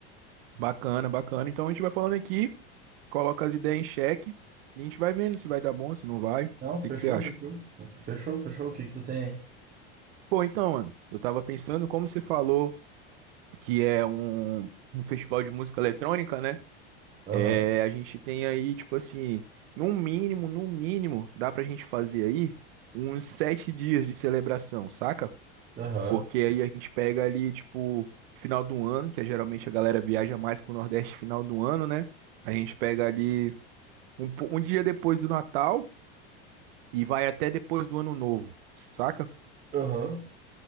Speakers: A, on the right; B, on the right.
A: bacana, bacana. Então a gente vai falando aqui, coloca as ideias em xeque e a gente vai vendo se vai dar bom, se não vai. O
B: Não, fechou,
A: que que você acha?
B: fechou. Fechou, fechou. O que que tu tem aí?
A: Pô, então, mano, eu tava pensando, como você falou que é um, um festival de música eletrônica, né?
B: Aham,
A: É, a gente tem aí, tipo assim, no mínimo, no mínimo, dá pra gente fazer aí uns sete dias de celebração, saca?
B: aham,
A: Porque aí a gente pega ali, tipo, final do ano, que é geralmente a galera viaja mais pro Nordeste final do ano, né? A gente pega ali um, po- um dia depois do Natal e vai até depois do Ano Novo, saca?
B: aham.